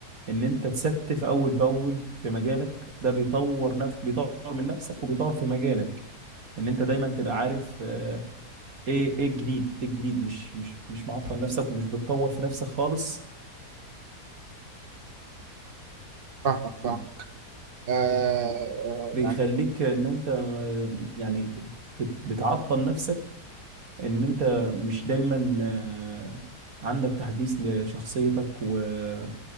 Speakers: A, on the right (about 60°); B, on the right (about 40°).
A: ان انت تستف اول باول في مجالك ده بيطور نفسك بيطور من نفسك وبيطور في مجالك ان انت دايما تبقى عارف آه، ايه ايه الجديد ايه الجديد مش مش مش معطل نفسك ومش بتطور في نفسك خالص
B: فاهمك فاهمك آه،
A: بيخليك
B: آه،
A: ان انت آه، يعني بت- بتعطل نفسك ان انت مش دايما آه، عندك تحديث لشخصيتك و-